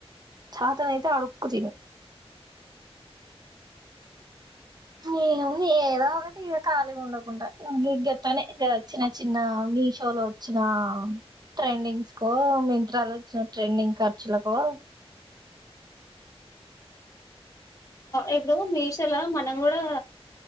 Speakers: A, on the right; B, on the left.
A: చాతనైతే అడుక్కు తిను. ఏముంది ఏదో ఒకటి ఇగా ఖాళీగా ఉండకుండా ఇ గత్తనే గా చిన్న చిన్న మిషోలో వచ్చినా ట్రెండింగ్స్ కో మింత్రాలో వచ్చిన ట్రెండింగ్ ఖర్చులకో
B: ఇప్పుడు మీషోలా మనం కూడా